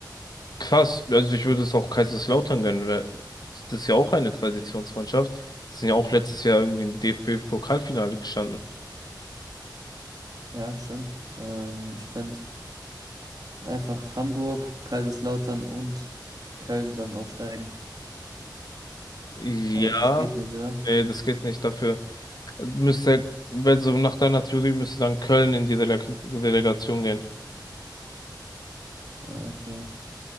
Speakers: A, on the left; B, on the right.
A: krass. Also ich würde es auch Kaiserslautern gönnen, weil das ist ja auch eine Traditionsmannschaft. Die sind ja auch letztes Jahr irgendwie im DFB-Pokalfinale gestanden.
B: Ja, stimmt. Ähm, ich fände einfach Hamburg, Kaiserslautern und Köln sollen aufsteigen.
A: Ja,
B: Aber das geht nicht, oder?
A: nee, das geht nicht. Dafür müsste, also nach deiner Theorie müsste dann Köln in die Releg Relegation gehen.
B: Ah, okay.